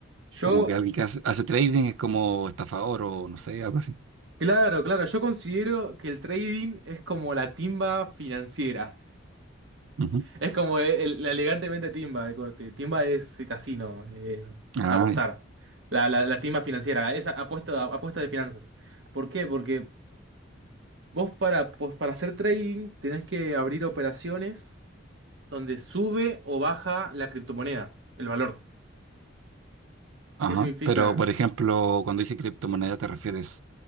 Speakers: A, on the right; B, on the right.
A: Yo,
B: como que alguien que hace, hace trading es como estafador o no sé, algo así.
A: claro, claro, yo considero que el trading es como la timba financiera.
B: Ujú.
A: Es como el, la elegantemente timba de corte. Timba es casino, eh,
B: Ah,
A: apostar.
B: ya.
A: La, la, la timba financiera, esa apuesta, apuesta de finanzas. ¿Por qué? Porque vos para, pues para hacer trading tenés que abrir operaciones donde sube o baja la criptomoneda, el valor.
B: ajá.
A: ¿Qué significa?
B: Pero, por ejemplo, cuando dice criptomoneda, ¿te refieres